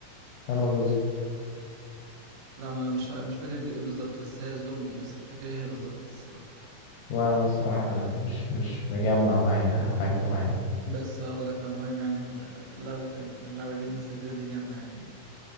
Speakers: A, on the left; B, on the right.
A: انا جزء
B: لا ما انا مش مش فاكر ايه بالظبط بس هي زومبي بس مش فاكر ايه هي بالظبط الصراحة
A: وانا الصراحه انا مش مش مجمع معايا حاجه معينه
B: بس اقول لك بقى المهم يعني ال- لعبة ال- اللعبة الجديدة الناس الجديدة دي جامدة يعني